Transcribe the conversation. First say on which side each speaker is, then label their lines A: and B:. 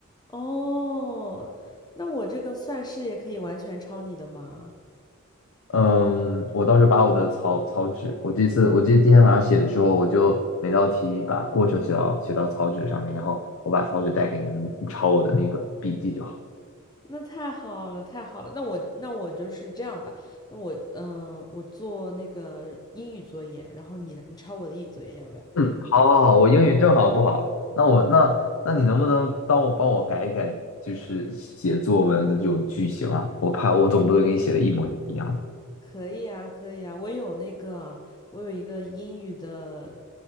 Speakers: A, on the left; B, on the left.
A: 哦，那我这个算式也可以完全抄你的吗？
B: 嗯，我当时把我的草草纸，我这次我记得今天晚上写的时候，我就每道题把过程写到写到草纸上面，然后我把草纸带给你，你抄我的那个笔记就好。
A: 那太好了，太好了。那我那我就是这样吧。那我嗯、呃我做那个英语作业，然后你你抄我的英语作业要不要？
B: 嗯，好，好，好，我英语正好不好，那我那那你能不能当我帮我改一改，就是写作文的这种句型啊？我怕我总不能给你写的一模一样吧？
A: 可以啊，可以啊，我有那个，我有一个英语的